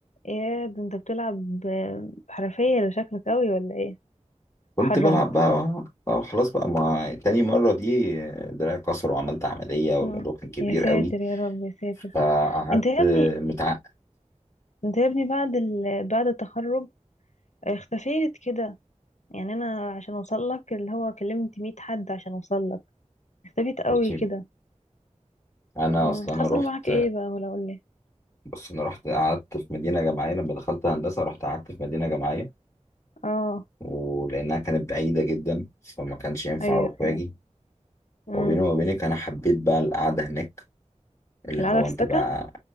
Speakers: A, on the left (about 70°); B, on the left (about 20°).
A: يا ده انت بتلعب ب- بحرفيه لا شكلك قوي ولا ايه
B: كنت
A: حرمت
B: بلعب بقى آه خلاص بقى ما تاني مرة دي دراعي كسر وعملت عملية والموضوع
A: مم.
B: كان كبير
A: يا ساتر
B: قوي
A: يا رب يا ساتر
B: فقعدت
A: انت يا ابني
B: متعقد
A: انت يا ابني بعد ال... بعد التخرج اختفيت كده يعني انا عشان اوصل لك اللي هو كلمت 100 حد عشان اوصل لك اختفيت قوي
B: بصي،
A: كده
B: انا
A: مم.
B: اصلا انا
A: حصل
B: رحت
A: معاك ايه بقى ولا قول لي
B: بص انا رحت قعدت في مدينه جامعيه لما دخلت هندسه رحت قعدت في مدينه جامعيه
A: اه
B: ولانها كانت بعيده جدا فما كانش ينفع
A: ايوه
B: اروح واجي
A: ايوه امم
B: وبيني وما بينك انا حبيت بقى القعده هناك اللي
A: القعده
B: هو
A: في
B: انت
A: السكن
B: بقى